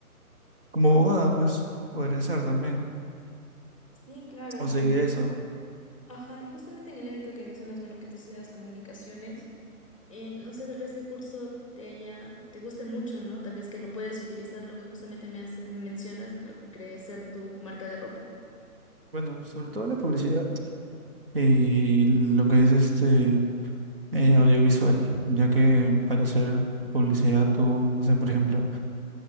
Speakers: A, on the right (about 40°); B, on the left (about 20°).
A: como abogada, pues podría ser también,
B: Sí, claro,
A: o
B: y
A: seguir eso.
B: Ajá, y justamente en el ámbito que mencionas, bueno, que tú estudias comunicaciones, eh, no sé, tal vez qué curso te haya, te guste mucho, ¿no? Tal vez que lo puedes utilizar, lo que justamente me hace, me mencionas, de lo que es ser tu marca de ropa.
A: Bueno, sobre todo la publicidad y lo que es este eh, audiovisual, ya que para hacer publicidad tú, no sé, por ejemplo,